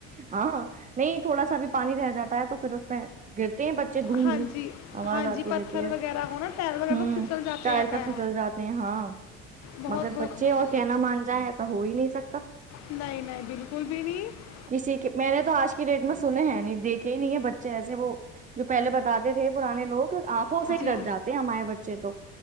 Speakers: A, on the right; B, on the left.
A: ہاں نہیں تھوڑا سا بھی پانی رہ جاتا ہے تو پھر اس میں گرتا <inaudible> ب دھ
B: ہاں جی
A: آواز
B: ہاں
A: آتی
B: جی پتھر
A: رہتی ہے
B: وغیرہ ہو نا ٹائر وغیرہ
A: ہ
B: تو پھسل جاتے
A: ٹائر
B: ہیں پیر
A: پ پھسل جاتے ہیں ہاں
B: بہت
A: مگر
B: بہت
A: بچے
B: بہت
A: اور کہنا مان جائیں ایسا ہو ہی نہیں سکتا
B: نہیں نہیں بالکل بھی نہیں
A: کسی کے میں نے تو آج کی ڈیٹ میں سنے ہیں نہیں دیکھے یہ نہیں ہے بچے ایسے وہ جو پہے بات ے تھے پرانے لوگ آنکھوں سے ہی
B: جی
A: ڈر جاتے ہیں ہمارے بچے تو